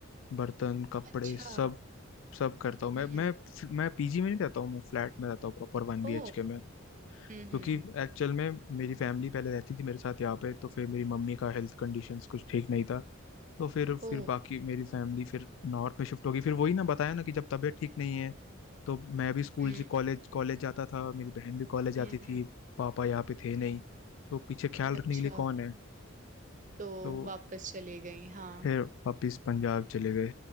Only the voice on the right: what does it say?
अच्छा
हम्म
ओ
हम्म
हम्म
ओ
हम्म
हम्म
हम्म,
अच्छा
तो
वापस चले गई हाँ